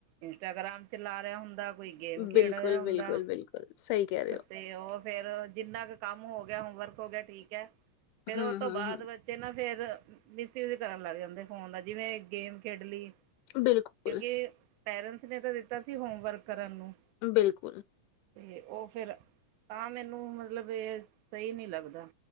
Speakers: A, on the right; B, on the left.
A: ਇੰਸਟਾਗ੍ਰਾਮ ਚਲਾ ਰਿਹਾ ਹੂੰ ਕੋਈ ਗੇਮ ਖੇਡ
B: ਬਿਲਕੁਲ
A: ਰਿਹਾ ਹੁੰਦਾ
B: ਬਿਲਕੁਲ ਬਿਲਕੁਲ ਸਹੀ ਕਹਿ ਰਹੇ
A: ਤੇ ਉਹ ਫੇਰ ਜਿੰਨਾ ਕ ਕੰਮ ਹੋ ਗਿਆ ਹੋਮਵਰਕ ਹੋ ਗਿਆ ਠੀਕ। ਠੀਕ ਐ।
B: ਹੋ
A: ਫੇਰ
B: ਹੂੰ
A: ਉਹ ਤੋਂ
B: ਹੂੰ
A: ਬਾਅਦ
B: ਹੂੰ
A: ਬੱਚੇ ਨਾ। ਫੇਰ ਮਿਸ ਯੂਜ ਕਰਨ ਲੱਗ ਜਾਂਦੇ। ਫੋਨ ਦਾ ਜਿਵੇਂ ਗੇਮ ਖੇਡ ਲਈ
B: ਬਿਲਕੁਲ
A: ਕਿਉਂਕਿ ਪੇਰੈਂਟਸ ਨੇ ਤਾਂ ਦਿੱਤਾ ਸੀ ਹੋਮਵਰਕ ਕਰਨ ਨੂੰ।
B: ਬਿਲਕੁਲ।
A: ਅਤੇ ਉਹ ਫਿਰ ਤਾਂ ਮੈਨੂੰ ਮਤਲਬ ਇਹ ਸਹੀ ਨਹੀਂ ਲੱਗਦਾ।